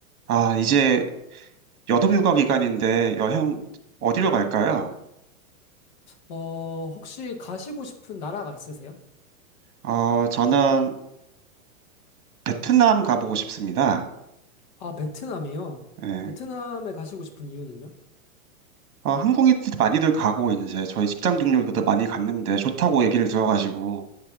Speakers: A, on the right; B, on the left.
A: 아, 이제 여름 휴가 기간인데 여행 어디로 갈까요?
B: 어, 혹시 가시고 싶은 나라가 있으세요?
A: 어, 저는 베트남 가보고 싶습니다.
B: 아, 베트남이요.
A: 예.
B: 베트남에 가시고 싶은 이유는요?
A: 아, 한국인들 많이들 가고 이제 저희 직장 동료들도 많이 갔는데 좋다고 얘기를 들어가지고